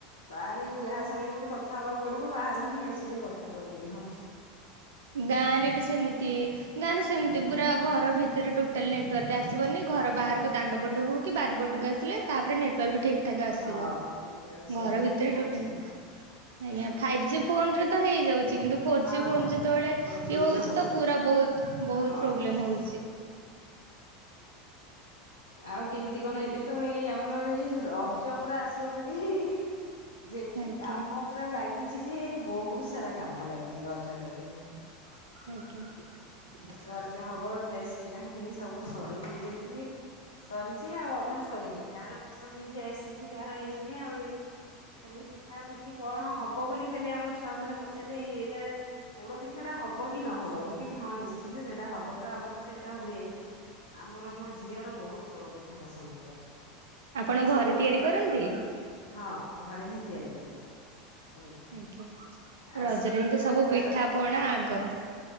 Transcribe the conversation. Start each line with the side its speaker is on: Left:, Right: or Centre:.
Left: ବାହାରେ ହିଁ ଯାହା ସାଙ୍ଗରେ ବି କଥା ହେବାକୁ ପଡିବ ବାହାରକୁ ହିଁ ଆସିକି କଥା ହେବାକୁ ପଡିବ ହଁ।
Right: ଗାଁ ରେ ବି ସେମିତି ଗାଁରେ ସେମିତି ପୁରା ଘର ଭିତରେ ଟୋଟାଲ ନେଟୱାର୍କ ଆସିବନି ଘର ବାହାରକୁ ଦାଣ୍ଡ ପଟୁ ହଉ କିି ବାରିପଟକୁ ଆସିଲେ ତାପରେ ନେଟୱାର୍କ ବି ଠି ଠିକ ଠାକ ଆସିବ
Left: ହଁ ନେଟୱାର୍କ ସେମିତି
Right: ଘର ଭିତରେ
Left: ହିଁ ହଉଛି।
Right: ଟୋଟାଲ ଆଜ୍ଞା ଫାଇବ ଜି ଫୋନ ରେ ତ ହେଇଯାଉ ଚି କିନ୍ତୁ ଫୋର
Left: ହଁ
Right: ଜି ଫୋନ
Left: ହଁ
Right: ଯେତେବେଳେ
Left: ଫୋର
Right: ଇଏ
Left: ଜି
Right: ହଉଛି
Left: ର ହଉନି।
Right: ତ ପୁରା ବହୁତ ବହୁତ
Left: ହଁ
Right: ପ୍ରୋବ୍ଲେମ ହଉଛି।
Left: ଆଉ କେମିତି କଣ ଏବେ ତ ଏଇ ଆମର ଏଇ ରଜ ପୁରା ଆସିବ ବୋଲି। ଯେତେ
Right: ଆଜ୍ଞା
Left: କାମ ପୁରା ଲାଗି ଚି ଯେ ବହୁତ ସାରା କାମ ଲାଗିଚି ରଜ ଲାଗି।
Right: ଆଜ୍ଞା।
Left: ରଜ ହବ ଡ୍ରେସ କିଣା କିଣି ସବୁ ଶରୀ ନିଜେ <inaudible> ସରିଛି ଆଉ ଅଧା ସରିନି କାହାର ପସନ୍ଦ ହେଇଛି ଆସିଛି କାହାର ହେଇ ଏହି ଖାଲି ପିଠା ପି ଏଠି କଣ ହବ ବୋଲି ଖାଲି ଆମ ଛୁଆ ମାନେ ପଚାରିଲି ଏଇଟା ପୋଡ ପିଠା ଟା ହବ କି ନହବ ମୁଁ କହିଲି ହଁ ନିଶ୍ଚିନ୍ତ ସେଇଟା ହବ ତ ଆମର ତ ସେଇଟା ହୁଏ। ମୋ ଝିଅର ବହୁତ ପୋଡପିଠା ପସନ୍ଦ ପୁରା
Right: ଆପଣ
Left: ।ସିଏ
Right: ଘରେ
Left: କଛି
Right: ତିଆରି କରନ୍ତି?
Left: ହଁ ଘରେ ହିଁ ତିଆରି କରେ। ମୁଁ
Right: ଆଜ୍ଞା
Left: ଆଉ
Right: ରଜରେ
Left: ସେ ପିଠା
Right: ହିଁ ତ
Left: ଟା
Right: ସବୁ
Left: ପୁରା
Right: ପିଠା ପଣା ଆଗ।